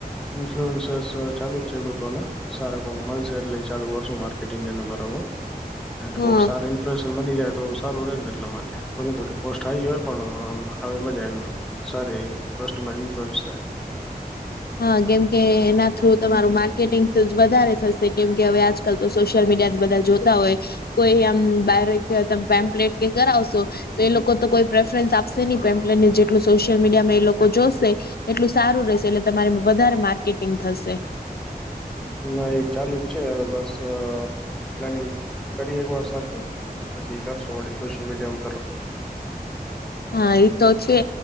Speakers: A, in the centre; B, on the left.
A: ઇન્ફ્લુઅન્સસ ચાલુ જ છે ગોતવાનુ. સારા કોંક મલશે એટલે ઈ ચાલુ કરશું માર્કેટિંગ ને નંબરમાં એટલે
B: હા
A: કોક સાર ઇન્ફ્લુએશન મળી જાય તો સારું રે ને એટલા માટે ભલે થોડી કોસ્ટ આવી હોય પણ આવે મજા એમાં સારી. પ્લસ તમારી ઇન્ફ્લુઅન્સ છે.
B: હા કેમકે એના થ્રુ તમારું માર્કેટિંગ વધારે થશે કેમકે હવે આજ તો સોશિયલ મીડિયા બધા જોતા હોય કોઈ આમ બારે ક પેમ્પલેટ કે કરાવશો તો એ લોકો તો કોઈ પ્રેફરન્સ આપશે ની પેમ્પલેર ને જેટલું સોશિયલ મીડિયા માં એ લોકો જોશે એટલું સારું રહેશે એટલે તમારી વધારે માર્કેટિંગ થશે.
A: ના એ ચાલુ જ છે હવે બસ પ્લાનિંગ કરી એકવાર સરખું. પછી કરશું વળી સોશિયલ મીડિયા મ તરફ.
B: હા એ તો છે.